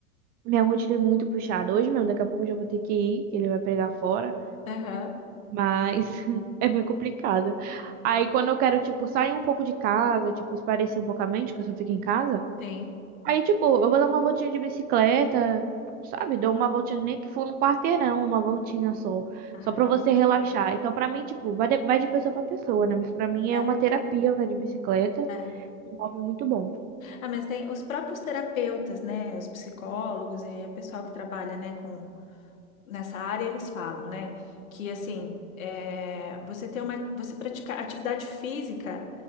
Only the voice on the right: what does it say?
Minha rotina é muito puxada. Hoje mesmo, daqui a pouco eu já vou ter que ir, que ele vai pregar fora.
Mas <laughs> é bem complicado. Aí, quando eu quero, tipo, sair um pouco de casa, tipo, espairecer um pouco a mente, que eu só fico em casa.
Aí, tipo, eu vou dar uma voltinha de bicicleta, sabe? Dou uma voltinha, nem que for no quarteirão, uma voltinha só.
Só pra
você
relaxar. Então, pra mim, tipo, vai de, vai de pessoa pra pessoa, né? Mas pra mim
é uma terapia andar de bicicleta.
Um hobby muito bom.